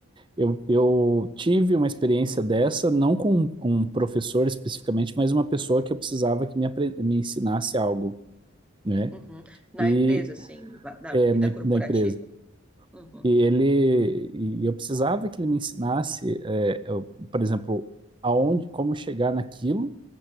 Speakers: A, on the right (about 25°); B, in the centre.
A: eu, eu tive uma experiência dessa, não com um professor especificamente, mas uma pessoa que eu precisava que me, me ensinasse algo, né?
B: Uhum. Na
A: E
B: empresa, assim, na, na
A: é,
B: vida
A: na,
B: corporativa.
A: na empresa.
B: Uhum.
A: E ele, e eu precisava que ele me ensinasse, é, eu, por exemplo, aonde, como chegar naquilo